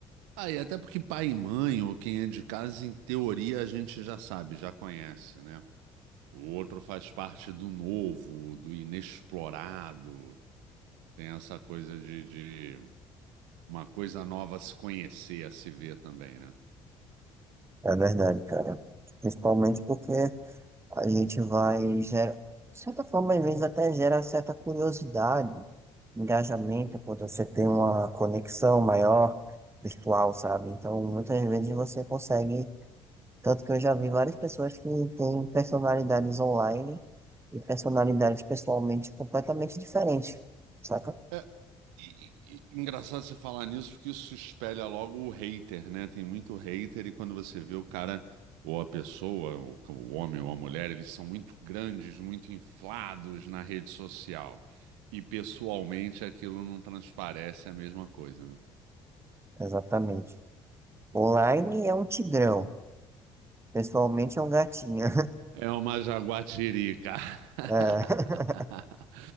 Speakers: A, on the right (about 70°); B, on the right (about 15°).
A: Ah, e até porque pai e mãe, ou quem é de casa, em teoria a gente já sabe, já conhece, né? O outro faz parte do novo, do inexplorado. Tem essa coisa de, de uma coisa nova a se conhecer, a se ver também, né?
B: É verdade, cara. Principalmente porque A gente vai gera, de certa forma, às vezes até gera certa curiosidade, engajamento, quando você tem uma conexão maior virtual, sabe? Então, muitas vezes você consegue, tanto que eu já vi várias pessoas que têm personalidades online e personalidades pessoalmente completamente diferentes, saca?
A: É, e- e- e- engraçado você falar nisso, porque isso espelha logo o hater, né? Tem muito hater, e quando você vê o cara ou a pessoa, o, o homem ou a mulher, eles são muito grandes, muito inflados na rede social. E pessoalmente aquilo não transparece a mesma coisa, né?
B: Exatamente. Online é um tigrão, pessoalmente é um gatinho.
A: É uma jaguatirica. <laughs>
B: <laughs>